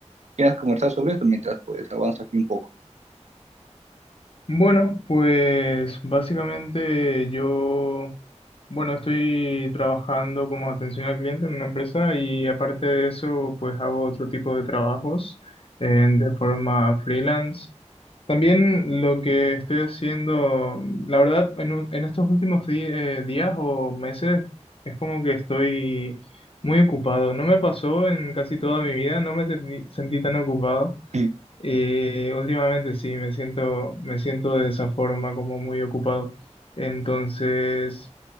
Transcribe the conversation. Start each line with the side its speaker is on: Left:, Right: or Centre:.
Right: quieras conversar sobre esto mientras pues avanzas aquí un poco.
Left: Bueno, pues básicamente yo, bueno, estoy trabajando como atención al cliente en una empresa y aparte de eso, pues hago otro tipo de trabajos eh, de forma freelance. También lo que estoy haciendo, la verdad, en, un- en estos últimos di- eh, días o meses, es como que estoy muy ocupado. No me pasó en casi toda mi vida, no me sentí sentí tan ocupado.
Right: <clears throat>
Left: Y últimamente sí, me siento, me siento de esa forma, como muy ocupado. Entonces,